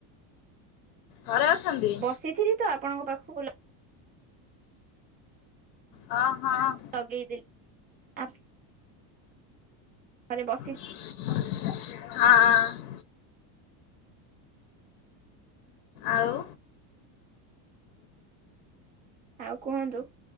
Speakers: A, on the left; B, on the right.
A: ଘରେ ଅଛନ୍ତି?
B: ସେଥିରେ ତ ଆପଣଙ୍କ ପାଖକୁ
A: ହଁ ହଁ।
B: ଲଗେଇଦେଲି ଆ ଥରେ ବସି
A: ହଁ। ଆଉ।
B: ଆଉ କୁହନ୍ତୁ?